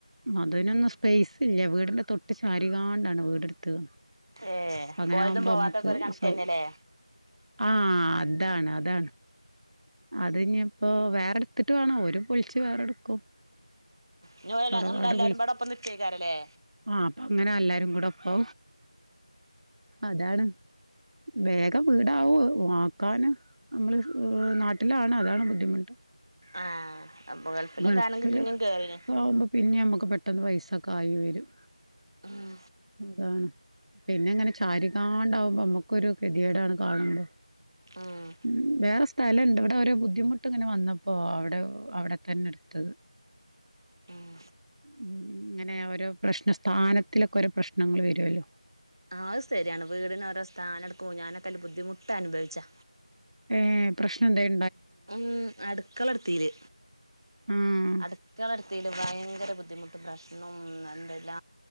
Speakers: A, on the right (about 60°); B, on the right (about 35°).
A: അതിനൊന്നും സ്പേസ് ഇല്ല വീടിന്റെതൊട്ട് ശാരികണ്ടാണ് വീടെടുത്തണ്
B: ഏ
A: അങ്ങനെ
B: പോയതും
A: ആകുമ്പോ
B: പോവാത്തൊക്കെ
A: നമ്മുക്ക്
B: ഒരു കണക്കന്നെല്ലേ
A: സൗ ആ അതാണ് അതാണ് അത് ഇനി ഇപ്പോവേറെ എടുത്തിട്ട് വേണ അവര് പൊളിച്ചു വേറെ എടുക്കും
B: ഇനി ഓല്
A: തറവാട്
B: എല്ലാരും
A: പൊളിച്ചആ
B: പാടെ ഒപ്പം നിക്കേക്കാരല്ലേ
A: അപ്പൊ അങ്ങനെ എല്ലാരും കൂടെ ഓ അതാണ് വേഗം വീടാവു വാക്കാന് നമ്മള് നാട്ട വീട്ടിലാണ് അതാണ് ബുദ്ധിമുട്ട്
B: ആ അപ്പൊ ഗൾഫിലൊക്കെ
A: ഗൾഫിലക്കെ
B: ആണെങ്കി പിന്നിം കേറീനി
A: ആവുമ്പോ പിന്നെ നമ്മുക്ക് പെട്ടന്ന് പൈസൊക്കെ ആയി വരും
B: ഉം
A: അതാണ് പിന്നെ ഇങ്ങനെ ചാരികാണ്ടാവുമ്പോ നമ്മുക്കൊരു കതിയേടാണ് കാണുമ്പോ
B: ഉം
A: ഉ വേറെ സ്ഥലം ഉണ്ട് ഇവിടെ ഓരോ ബുദ്ധിമുട്ട് ഇങ്ങനെ വന്നപ്പോ അവിടെ അവിടെ തന്നെടുത്തത്
B: ഉം
A: ഉ അങ്ങനെ ഓരോ പ്രശ്ന സ്ഥാനത്തിലൊക്കെ ഓരോ പ്രശ്നങ്ങൾ വരുവല്ലോ
B: അത് ശരിയാണ് വീടിനഓരോ സ്ഥാനം എടുക്കോ ഞാനൊക്കെല് ബുദ്ധിമുട്ട് അനുഭവിച്ചാ
A: ഏ പ്രശ്നം എന്തായി
B: ഉ അടുക്കള എടുത്തീല്
A: ആഹ്
B: അടുക്കള അടുത്തതില്ഭയങ്കര ബുദ്ധിമുട്ടും പ്രശ്നം എന്തല്ല